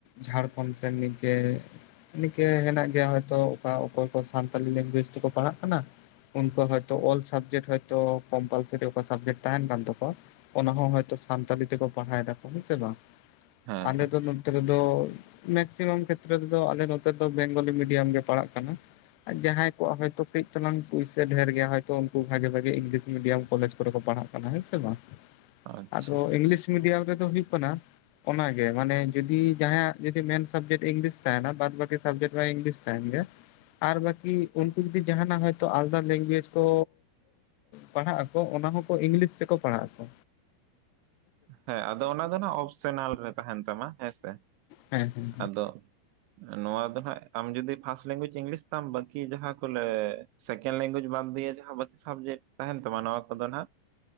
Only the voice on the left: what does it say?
ᱡᱷᱟᱲᱠᱷᱚᱸᱰ ᱥᱮᱱ ᱜᱮ ᱱᱤᱝᱠᱟᱹ ᱦᱮᱱᱟᱜ ᱜᱮᱭᱟ ᱦᱚᱭᱛᱚ, ᱚᱠᱟ ᱚᱠᱚᱭ ᱠᱚ ᱥᱟᱱᱛᱟᱞᱤ ᱞᱮᱝᱜᱩᱭᱮᱡᱽ ᱛᱮᱠᱚ ᱯᱟᱲᱦᱟᱜ ᱠᱟᱱᱟ? ᱩᱱᱠᱩᱣᱟᱜ ᱦᱳᱭᱛᱚ ᱚᱞ ᱥᱟᱵᱡᱮᱴ ᱦᱳᱭᱛᱚ ᱠᱚᱢᱯᱟᱞᱥᱟᱨᱤ ᱚᱠᱟ ᱥᱟᱵᱡᱮᱠᱴ ᱛᱟᱸᱦᱮᱱ ᱠᱟᱱ ᱛᱟᱠᱚᱣᱟ᱾ ᱚᱱᱟ ᱦᱚᱸ ᱦᱚᱭᱛᱳ ᱥᱟᱱᱛᱟᱞᱤ ᱛᱮᱠᱚ ᱯᱟᱲᱦᱟᱣ ᱫᱟᱠᱚ ᱦᱮᱸᱥᱮ ᱵᱟᱝ?
ᱟᱞᱮ
ᱫᱚ ᱱᱚᱛᱮ ᱨᱮᱫᱚ ᱢᱮᱠᱥᱤᱢᱟᱢ ᱠᱷᱮᱛᱨᱮ ᱨᱮᱫᱚ ᱟᱞᱮ ᱱᱚᱛᱮ ᱫᱚ ᱵᱮᱝᱜᱚᱞᱤ ᱢᱤᱰᱤᱭᱟᱢ ᱜᱮ ᱯᱟᱲᱦᱟᱜ ᱠᱟᱱᱟ᱾ ᱡᱟᱦᱟᱸᱭ ᱠᱚᱣᱟᱜ ᱦᱚᱭᱛᱳ ᱠᱟᱺᱡ ᱪᱟᱞᱟᱝ ᱯᱩᱭᱥᱟᱹ ᱰᱷᱮᱨ ᱜᱮᱭᱟ ᱦᱚᱭᱛᱚ ᱩᱱᱠᱩ ᱵᱷᱟᱜᱮ ᱵᱷᱟᱜᱮ ᱤᱝᱞᱤᱥ ᱢᱤᱰᱤᱭᱟᱢ ᱠᱚᱞᱮᱡᱽ ᱠᱚᱨᱮ ᱠᱚ ᱯᱟᱲᱦᱟᱜ ᱠᱟᱱᱟ ᱦᱮᱸ ᱥᱮ ᱵᱟᱝ᱾
ᱟᱫᱚ ᱤᱝᱞᱤᱥ ᱢᱤᱰᱤᱭᱟᱢ ᱨᱮᱫᱚ ᱦᱩᱭᱩᱜ ᱠᱟᱱᱟ ᱚᱱᱟᱜᱮ ᱢᱟᱱᱮ ᱡᱩᱫᱤ ᱡᱟᱦᱟᱸᱭᱟᱜ ᱡᱩᱫᱤ ᱢᱮᱱ ᱥᱟᱵᱡᱮᱠᱴ ᱤᱝᱞᱤᱥ ᱛᱟᱸᱦᱮᱱᱟ ᱵᱟᱫ ᱵᱟᱹᱠᱤ ᱥᱟᱵᱡᱮᱠᱴ ᱢᱟ ᱤᱝᱞᱤᱥ ᱛᱟᱸᱦᱮᱱ ᱜᱮᱭᱟ᱾
ᱟᱨ ᱵᱟᱹᱠᱤ ᱩᱱᱠᱩ ᱡᱩᱫᱤ ᱡᱟᱸᱦᱟᱱᱟᱜ ᱦᱚᱭᱛᱚ ᱟᱞᱟᱫᱟ ᱞᱮᱝᱜᱩᱭᱮᱡᱽ ᱠᱚ ᱯᱟᱲᱦᱟᱜ-ᱟᱠᱚ ᱚᱱᱟ ᱦᱚᱸᱠᱚ ᱤᱝᱞᱤᱥ ᱨᱮᱠᱚ ᱯᱟᱲᱦᱟᱜ-ᱟᱠᱚ᱾
ᱦᱮᱸ ᱦᱮᱸ